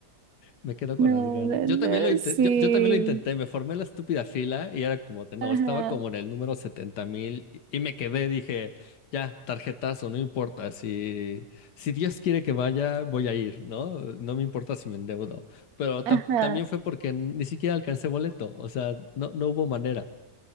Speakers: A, on the left; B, on the right.
A: Me quedo con
B: no,
A: las ganas.
B: no,
A: Yo
B: no,
A: también lo intenté,
B: sí.
A: yo, yo también lo intenté, me formé la estúpida fila y era como de, no,
B: Ajá,
A: estaba como en el número setenta mil y, y me quedé, dije, ya, tarjetazo, no importa, si, si Dios quiere que vaya, voy a ir, ¿no? No me importa si me endeudo. Pero
B: ajá.
A: tam- también fue porque ni siquiera alcancé boleto, o sea, no, no hubo manera.